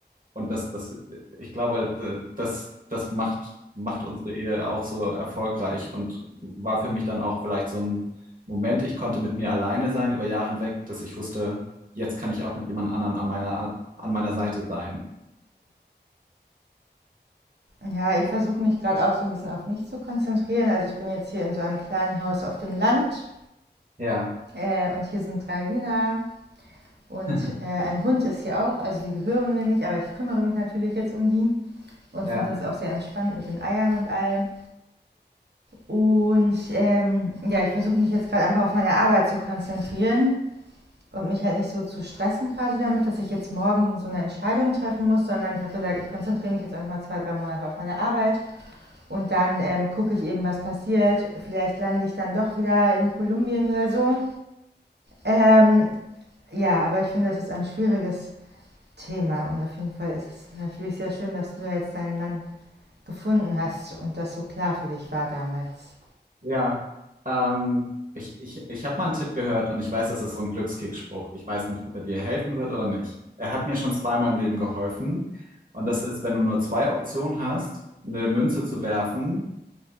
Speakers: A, on the right (about 50°); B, on the right (about 70°).
A: und das, das, ich glaube, d- das, das macht, macht unsere Ehe auch so erfolgreich und war für mich dann auch vielleicht so ein Moment, ich konnte mit mir alleine sein über Jahre hinweg, dass ich wusste, jetzt kann ich auch mit jemand anderen an meiner, an meiner Seite sein.
B: Ja, ich versuche mich gerade auch so ein bisschen auf mich zu konzentrieren. Also ich bin jetzt hier in so einem kleinen Haus auf dem Land
A: Ja,
B: äh, und hier sind drei Hühner und
A: <laughs>
B: äh, ein Hund ist hier auch. Also die gehören mir nicht, aber ich kümmere mich natürlich jetzt um die und
A: ja.
B: finde das auch sehr entspannt mit den Eiern und allem. Und ähm, ja, ich versuche mich jetzt gerade einfach auf meine Arbeit zu konzentrieren und mich halt nicht so zu stressen quasi damit, dass ich jetzt morgen so eine Entscheidung treffen muss, sondern ich habe gesagt, ich konzentriere mich jetzt einfach mal zwei, drei Monate auf meine Arbeit und dann ähm, gucke ich eben, was passiert. Vielleicht lande ich dann doch wieder in Kolumbien oder so. Ähm, ja, aber ich finde, das ist ein schwieriges Thema und auf jeden Fall ist es natürlich sehr schön, dass du da jetzt deinen Mann gefunden hast und das so klar für dich war damals.
A: Ja, ähm, ich, ich, ich habe mal einen Tipp gehört und ich weiß, das ist so ein Glückskickspruch. Ich weiß nicht, ob er dir helfen wird oder nicht. Er hat mir schon zweimal im Leben geholfen. Und das ist, wenn du nur zwei Optionen hast, eine Münze zu werfen